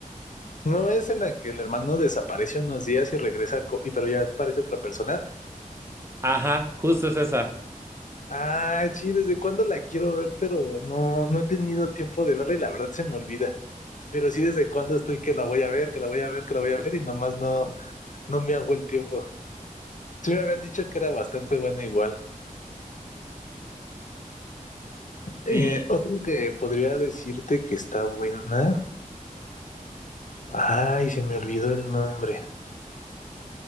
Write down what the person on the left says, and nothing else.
¿No es en la que el hermano desaparece unos días y regresa, co- y pero ya aparece otra persona?
Ah, sí, desde cuándo la quiero ver, pero no, no he tenido tiempo de verla y la verdad se me olvida. Pero sí, desde cuándo estoy que la voy a ver, que la voy a ver, que la voy a ver y nomás no, no me hago el tiempo. Sí me habían dicho que era bastante buena igual. Eh,
otro que podría decirte que está buena. Ay, se me olvidó el nombre.